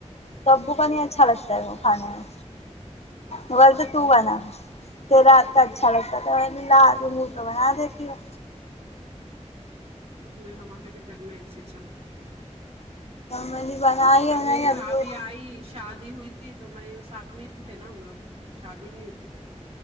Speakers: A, on the left (about 60°); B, on the right (about 55°).
A: تو ابو کنے اچھا لگتا ہے وہ کھانے میں
B: ہاں اچھا
A: بولتے ہے تو بنا کہ ہاتھ کا اچھا لگتا تھا میں بولی ہوں تو بنا دیتی ہوں
B: اب نیں ہمارے بھی گھر میں ایسی چل تھا
A: میں نے بنائی
B: ابھی
A: بنائی
B: میری بھا
A: وہ
B: بھی ای شادی ہوئی تھی تو میں ان ساتھ میں ہی تھے نا ہم لوگ شادی نہیں ہوئی تھی میری